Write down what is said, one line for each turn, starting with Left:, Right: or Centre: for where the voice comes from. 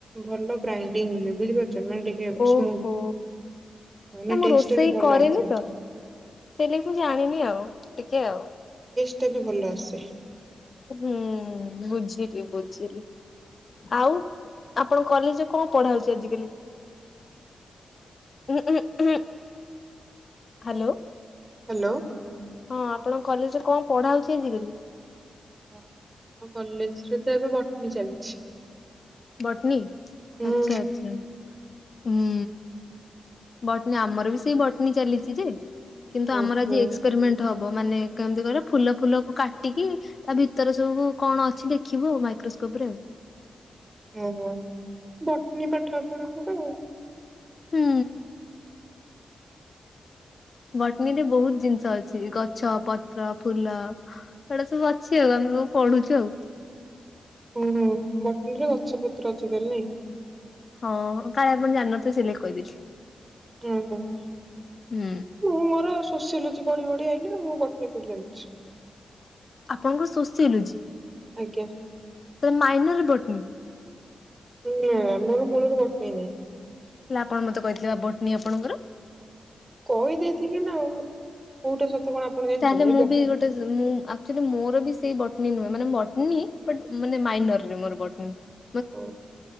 Right: ଭଲ ଗ୍ରାଇଣ୍ଡିଙ୍ଗ ହୁଏ ବୁଝିପାରୁଚ୍ <unintelligible> ଟିକେ
Left: ଓହୋ
Right: ସ୍ମୁ
Left: ନା
Right: ନାଇ
Left: ମୁଁ
Right: ଟେଷ୍ଟଟା
Left: ରୋଷେଇ
Right: ବି ଭଲ
Left: କରେନି
Right: ଆସେ।
Left: ତ। ସେଇ ଲାଗି ଜାଣିନି ଆଉ ଟିକେ ଆଉ।
Right: ମତେ ବି ଭଲ ଆସେ।
Left: ହୁଁ ବୁଝିଲି ବୁଝିଲି ଆଉ ଆପଣଙ୍କ କଲେଜରେ କଣ ପଢ଼ା ହଉଛି ଆଜିକାଲି? ଉଁ ଉଁ ହୁଁ ହାଲୋ।
Right: ହାଲୋ।
Left: ହଁ ଆପଣଙ୍କ କଲେଜରେ କଣ ପଢ଼ା ହଉଛି ଆଜିକାଲି?
Right: ହଁ ଆମ କଲେଜରେ ତ ଏବେ ବଟନୀ ଚାଲିଛି।
Left: ବଟନୀ
Right: ହୁଁ
Left: ଆଚ୍ଛା ଆଚ୍ଛା। ହୁଁ ବଟନୀ ଆମର ବି ସେଇ ବଟନୀ ଚାଲିଛି ଯେ। କିନ୍ତୁ ଆମର
Right: ଓହୋ
Left: ଆଜି ଏକ୍ସପେରିମେଣ୍ଟ ହ ବ ମାନେ କେମତି କହିଲ ଫୁଲ ଫୁଲକୁ କାଟିକି ତା ଭିତରେ ସବୁ କଣ ଅଛି ଦେଖିବୁ ଆଉ ମାଇକ୍ରୋସ୍ ସ୍କୋପରେ ଆଉ
Right: ଓହୋ ବଟନୀ ପାଠ ଆପଣଙ୍କର ଆଉ।
Left: ହୁଁ।
Right: ଆଉ
Left: ବଟଣୀ ରେ ବହୁତ ଜିନିଷ ଅଛି ଗଛ ପତ୍ର ଫୁଲ ଏଗୁଡ଼ା ସବୁ ଅଛି ଆଉ ଆମକୁ ପଢ଼ୁଛୁ ଆଉ।
Right: ଓହୋ ବଟନୀରେ ଗଛ ପତ୍ର ଅଛି ତାହେଲେ ନାଇଁ।
Left: ହଁ କାଳେ ଆପଣ ଜାଣିନଥିବ ସେଇ ଲାଗି କହିଦେଲି।
Right: ହୁଁ ହୁଁଁ
Left: ହୁଁ
Right: ମୋର ଶୋଷିଲୁଚ ପଢି ବଢି ଆଇିଲ ମୁଁ ବଟନୀ କୋଉଠି ଜାଣିଛି?
Left: ଆପଣଙ୍କର ଶୋଷିଓଲୋଜି।
Right: ଆଜ୍ଞା।
Left: ତାେ ମାଇନର ବଟନି।
Right: ହୁଁ ମର ମୂଳ ରୁ ବଟିନ ନାହିଁ ।
Left: ହେଲା ଆପଣ ମତେ କହିଥିଲେ ବଟନୀ ଆପଣଙ୍କର?
Right: କହିଦେଇଥିଲି ନା ଆଉ କୋଉଟା ସତ କଣ ଆପଣ ଜାଣିଛନ୍ତି
Left: ତାହେଲେ ମୁଁ
Right: ବ୍ୟକ୍ତି
Left: ବି ଗୋଟେ ମୁଁ ଆକୁଚୁଆଲି ମୋର ବି ସେଇ ବତ୍ ଟୀ ନୁହେଁ ମାନେ ବଟୀଟ ମାନେ ମାଇନରରେ ମୋର ବଟନୀ ।
Right: ଓ